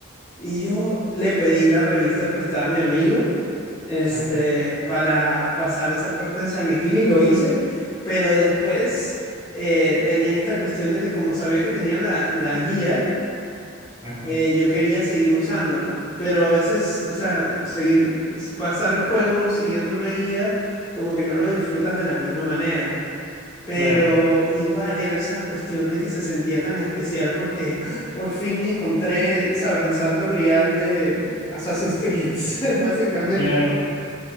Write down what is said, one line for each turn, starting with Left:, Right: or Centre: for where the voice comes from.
Left: Y yo le pedí la revista prestada a mi amigo, este,
Right: ajá,
Left: para pasar esa parte de Silent Hill y lo hice, pero después eh, tenía esta cuestión de que como sabía que tenía la, la guía,
Right: ajá.
Left: eh, yo quería seguir usándola, pero a veces, o sea, seguir, pasar el juego siguiendo una guía, como que no lo disfrutas de la misma manera. Pero
Right: Claro,
Left: igual era esa cuestión de que se sentía tan especial porque ¡ah! por fin encontré, ¿sabes? El santo grial de Assassin's Creed, <laughs> básicamente.
Right: claro.